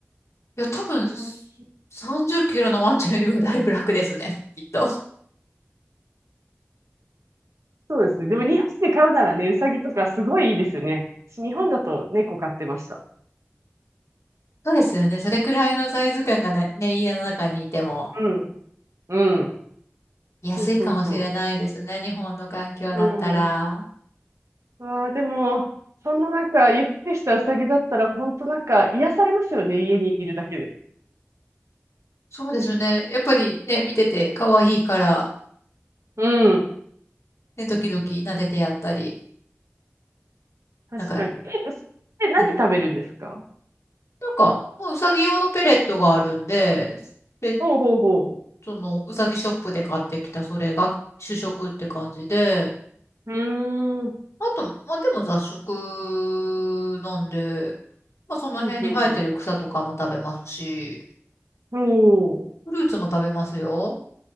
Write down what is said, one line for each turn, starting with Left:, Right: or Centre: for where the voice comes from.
Left: いや、多分、
Right: ウサギ。
Left: す30キロのワンちゃんよりはだいぶ楽ですね、<laughs> きっと。
Right: そうですね。でも日本で飼うならね、ウサギとかすごいいいですよね。私日本だと猫飼ってました。
Left: そうですよね。それくらいのサイズ感がな、ね、家の中にいても
Right: うん。うん。
Left: 安いかもしれないですね。
Right: そうそうそ
Left: 日本の環境だったら。
Right: う。うんわあ、でも、そんななんか、ゆってしたうさぎだったら、本当なんか、癒されますよね、家にいるだけで。
Left: そうですね。やっぱりね、見てて可愛いから、
Right: うん。
Left: ね、時々撫でてやったり。
Right: 確かに。
Left: なんか、
Right: え、うさぎって何食べるんですか
Left: うんなんか、もううさぎ用のペレットがあるんで、ペッ
Right: ほうほうほ
Left: トのうさぎショップで買ってきたそれが主食って感じで、
Right: う。うーん。
Left: あと、まあでも雑食なんで、まあその辺に生えてる草とかも食べますし、
Right: ふんふんふん。おー。
Left: フルーツも食べますよ。